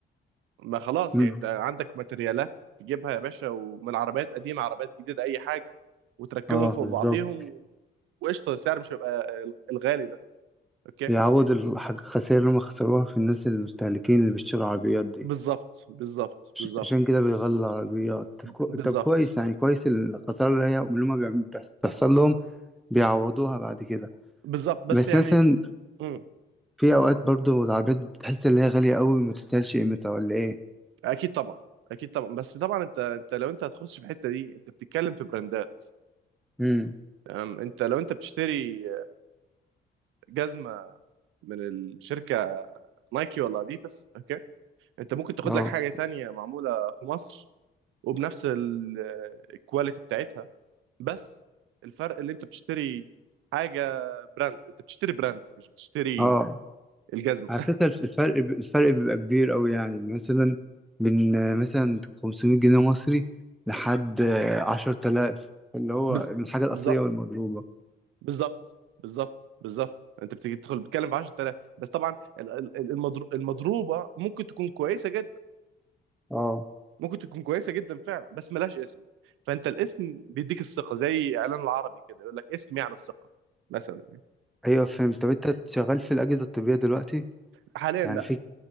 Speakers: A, on the right; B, in the centre.
A: ما خلاص
B: امم
A: يعني انت عندك ماتريالات تجيبها يا باشا ومن عربيات قديمة عربيات جديدة أي حاجة وتركبهم
B: اه
A: فوق
B: بالظبط
A: بعضيهم و... وقشطة السعر مش هيبقى الغالي ده أوكي
B: بيعوض الحاجة الخسائر اللي هم خسروها في الناس المستهلكين اللي بيشتروا العربيات دي
A: بالظبط بالظبط
B: عش-
A: بالظبط
B: عشان كده بيغلوا العربيات طب, كو...
A: بالظبط
B: طب كويس يعني كويس الخسارة اللي هي اللي هم بيعم- بتحس- بتحصل لهم بيعوضوها بعد كده
A: بالظبط بس
B: بس
A: يعني
B: مثلا
A: امم
B: في أوقات برضو العربيات بتحس إن هي غالية أوي ما تستاهلش قيمتها ولا إيه
A: أكيد طبعا أكيد طبعا بس طبعا أنت أنت لو أنت هتخش في الحتة دي أنت بتتكلم في براندات
B: امم
A: تمام أنت لو أنت بتشتري جزمة من الشركة نايكي ولا أديداس أوكي أنت ممكن تاخد
B: اه
A: لك حاجة تانية معمولة في مصر وبنفس ال- الكواليتي بتاعتها بس الفرق اللي انت بتشتري حاجه براند انت بتشتري براند مش بتشتري
B: اه
A: الجزمه
B: على فكرة الفرق ب- الفرق بيبقى كبير أوي يعني مثلا من آه، مثلا 500 جنيه مصري لحد آه، 10000 اللي هو
A: بز...
B: من الحاجة الأصلية
A: بالظبط
B: والمضروبة
A: بالظبط بالظبط بالظبط انت بتيجي تدخل بتتكلم في 10000 بس طبعا ال- ال- المضر... المضروبه ممكن تكون كويسه جدا
B: اه
A: ممكن تكون كويسه جدا فعلا بس ملهاش اسم فانت الاسم بيديك الثقه زي اعلان العربي كده يقول لك اسم يعني الثقه مثلا
B: أيوة فهمت طب أنت شغال في الأجهزة الطبية دلوقتي
A: فحاليا
B: يعني
A: لا
B: في